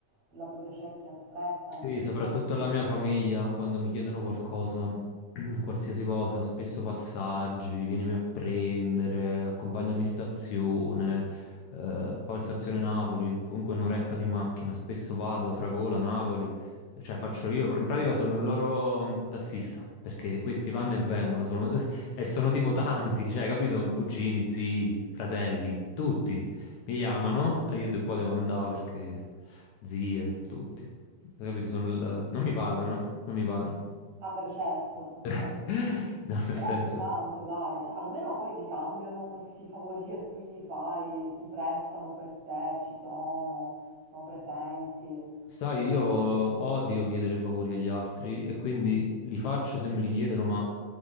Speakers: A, on the right; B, on the left.
A: della propria cerchia stretta, amici,
B: Sì, soprattutto
A: famiglia.
B: la mia famiglia, quando mi chiedono qualcosa, <clears throat> qualsiasi cosa, spesso passaggi, vienimi a prendere, accompagnami in stazione, eh, poi stazione Napoli, comunque un'oretta di macchina, spesso vado, da Fragola, Napoli, cioè faccio io, in pratica sono il loro mm, tassista, perché questi vanno e vengono, sono- <laughs> e sono tipo tanti, cioè, capito? Cugini, zii, fratelli, tutti mi chiamano e io de- poi devo andare perché zie, tutti. Hai capito? Sono il... Non mi pagano, eh? Non mi pagano.
A: Ah beh, certo, certo.
B: <laughs> No, nel
A: Però
B: senso...
A: è pesante, dai, cioè, almeno poi ricambiano questi favori che tu gli fai, si prestano per te, ci sono, sono presenti,
B: Sai,
A: oppure
B: io
A: no.
B: odio chiedere favori agli altri e quindi li faccio se me li chiedono, ma